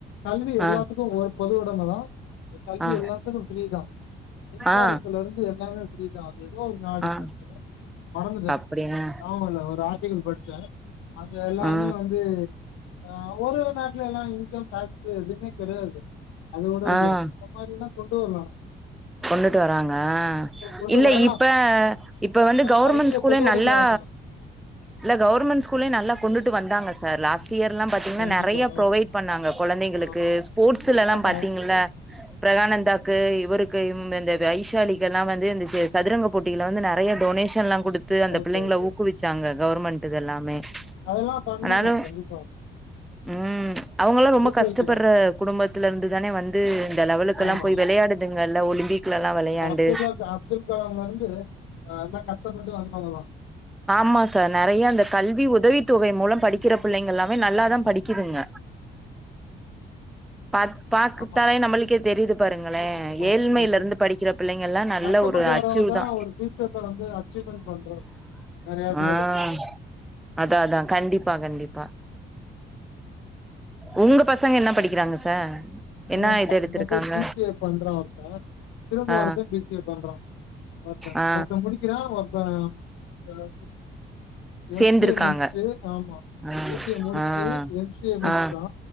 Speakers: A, on the left; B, in the centre.
A: கல்வி எல்லாத்துக்கோ
B: ஆ
A: ஒரு பொதுவுடம தா இந்த கல்வி
B: ஆ
A: எல்லாத்துக்கோ ஃப்ரீதா மின்சாரத்துல
B: ஆ
A: இருந்து எல்லாமே ஃப்ரீதா எதோ ஒரு நாடு
B: ஆ
A: படிச்சே மறந்துட்டே
B: அப்படியா
A: நியாபக இல்ல ஒரு ஆர்டிக்கல் படிச்சே அங்க எல்லா
B: ஆ
A: வெளிய வந்து அஹ் வெளிநாட்லலா இன்கம் டாக்ஸ் ஸு எதுவு தெரியாது ஃபஸ்ட் அது கூட
B: ஆ
A: இல்ல அந்த மாரிலா உண்டியல்ல
B: கொண்டுட்டு வராங்க
A: கொண்டு
B: இல்ல
A: வரலாம்.
B: இப்ப இப்ப வந்து
A: க
B: கவர்மெண்ட்
A: கல்விய
B: ஸ்கூலே
A: பொதுவுடைமை
B: நல்லா
A: ஆக்கணும்.
B: இல்ல கவர்மெண்ட் ஸ்கூலே நல்லா கொண்டுட்டு வந் தாங்க சார் லாஸ்ட் இயர்லா பாத்தீங்னா
A: கண்டிப்பா.
B: நெறைய ப்ரொவைட் பண்ணாங்க கொழந்தைங்களுக்கு
A: ஆ.
B: ஸ்போர்ட்ஸ் ஸ்லலாம்
A: ஆமா.
B: பாத்தீங்கள்ல பிரயானந்தாக்கு இவருக் கு இந்தந்த வைசாலிகெல்லாம் வந்து இந்த செ சதுரங்க போட்டில வந்து நெறையா டொனேஷன்லா குடுத்து அந்த
A: ஓகே,
B: பிள்ளைங்கள
A: ஓகே.
B: ஊக்குவிச்சாங்க கவர்மெண்ட்டு இதெல்லாமே
A: அதெல்லாம் பண்ணணும்.
B: ஆனாலு
A: கண்டிப்பா.
B: உம் அவ்ங்களா ரொம்ப
A: ஊக்குவிக்கணும்.
B: கஷ்டப்பட்ற குடும்பத்துல இருந்து தானே வந்து இந்த லெவலுக்கெல்லா
A: ஆமா.
B: போய் வெளயாடுதுங் கள்ல ஒலிம்பிக் குலலா வெளையாண்டு
A: அப்துல்லா அப்துல் கலாம்லருந்து அ எல்லாம் கஷ்டப்பட்டு வந்தவங்கதான்.
B: ஆமா சார் நெறையா இந்த கல்வி உதவித்தொகை மூலம் படிக்கிற பிள்ளைங்க எல்லாமே நல்லாதா படிக்குதுங்க பா பாக்கப்பே
A: ஆமா,
B: நம்மளுக்கே தெரியுது பாருங்களே
A: ஆமா.
B: ஏழ்மைல
A: கண்டிப்பா.
B: இருந்து படிக்கிற பிள்ளைங்கலா நல்ல
A: கஷ்டப்பட்டு
B: ஒரு அச்சீவ்
A: வரவங்க தான்
B: தா
A: ஒரு ஃபியூச்சர்ல வந்து அச்சீவ்மென்ட் பண்றோம். நெறைய பேரு.
B: ஆஹ் அதா அதா கண்டிப்பா கண்டிப் பா உங்க பசங்க என்ன படிக்கிறாங்க சார்
A: ஆஹ்
B: என்ன இது
A: எ
B: எடுத்திருக்காங்க?
A: மக பி சி எ பண்றா ஒருத்த திரும்ப
B: ஆ
A: ஒருத்த பி சி எ பண்றா ஒருத்த
B: ஆ
A: ஒருத்த முடிக்கிறா ஒருத்த இப்பலருந்து எம்
B: சேந்திருக்காங்க
A: சி எ முடிச்ட்டு ஆமா
B: ஆ
A: பி சி எ முடிச்சு
B: ஆ
A: எம் சி எ முடிச்ட்டா
B: ஆ